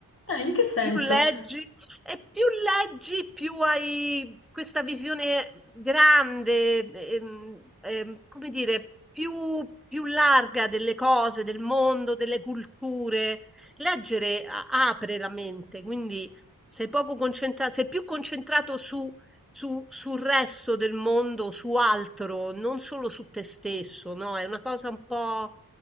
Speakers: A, on the left; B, in the centre.
A: Eh, in che senso?
B: più leggi, e più leggi, più hai questa visione grande, ehm, ehm, come dire, più, più larga delle cose, del mondo, delle culture. Leggere a- apre la mente, quindi sei poco concentrato, sei più concentrato su, su- sul resto del mondo, su altro, non solo su te stesso, no? È una cosa un po',